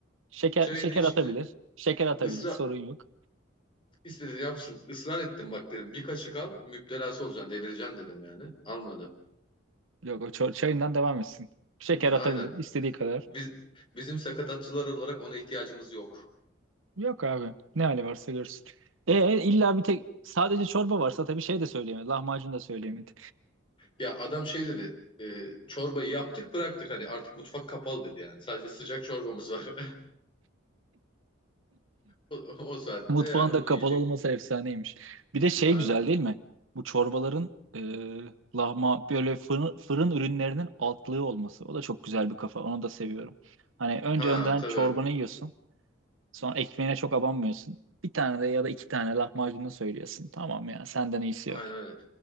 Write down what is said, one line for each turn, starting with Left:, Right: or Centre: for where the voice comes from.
Right: Şeker
Left: Çayını
Right: şeker
Left: içti.
Right: atabilir. Şeker atabilir.
Left: Israr
Right: Sorun yok.
Left: istedi yapsın. Israr ettim bak dedim. Bir kaşık al müptelası olacaksın delireceksin dedim yani. Almadı.
Right: Yok o çor- çayından devam etsin. Şeker
Left: Hı,
Right: atabilir
Left: Aynen.
Right: istediği kadar.
Left: Biz, bizim sakatatçılar olarak ona ihtiyacımız yok.
Right: Yok abi. Ne hali varsa görsün. E, e, illa bir tek sadece çorba varsa tabii şey de söyleyemedi. Lahmacun da söyleyemedi.
Left: Ya adam şey dedi. e, çorbayı yaptık bıraktık hani artık mutfak kapalı dedi yani. Sadece sıcak çorbamız var. <laughs> O, o saatte
Right: Mutfağın
Left: yani onu
Right: da kapalı
Left: yiyecek.
Right: olması efsaneymiş. Bir de şey
Left: Aynen.
Right: güzel değil mi? Bu çorbaların e, lahma böyle fırın, fırın ürünlerinin altlığı olması. O da çok güzel bir kafa. Onu da seviyorum. Hani önce
Left: Ha
Right: önden
Left: tabii.
Right: çorbanı yiyorsun. Sonra ekmeğine çok abanmıyorsun. Bir tane de ya da iki tane lahmacunu söylüyorsun. Tamam ya senden iyisi
Left: Aynen
Right: yok.
Left: öyle.